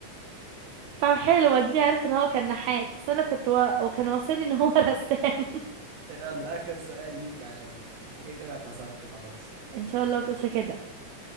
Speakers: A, on the right; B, on the right.
A: طب حلو اديني عرفت ان هو كان نحات بس انا كنت و... وكان واصلي ان هو <laughs> رسام
B: يلا اخر سؤال ليكي عشان انت كده كده خسرتي خلاص
A: ان شاء الله ما تقولش كده